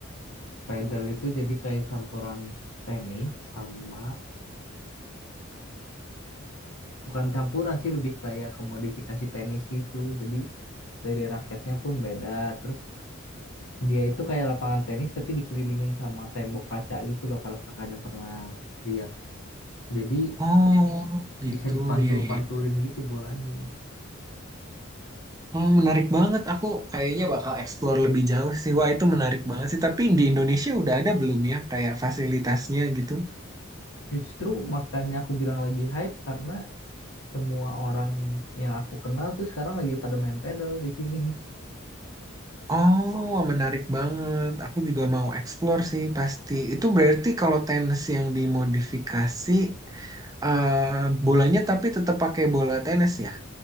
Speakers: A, on the left; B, on the right.
A: Padel itu jadi kayak campuran tenis sama bukan campuran sih lebih kayak kemodifikasi tenis itu. Jadi dari raketnya pun beda. Terus dia itu kayak lapangan tenis tapi dikelilingin sama tembok kaca gitu loh kalau kakaknya pernah lihat. Jadi
B: Oh, gitu
A: bisa dipantul-pantulin
B: ya ya.
A: gitu bolanya.
B: Oh, menarik banget. Aku kayaknya bakal explore lebih jauh sih. Wah, itu menarik banget sih. Tapi di Indonesia udah ada belum ya kayak fasilitasnya gitu?
A: Justru makanya aku bilang lagi hype karena semua orang yang aku kenal tuh sekarang lagi pada main pedal di sini. <laughs>
B: Oh, menarik banget. Aku juga mau explore sih pasti. Itu berarti kalau tenis yang dimodifikasi Eh, bolanya tapi tetap pakai bola tenis ya.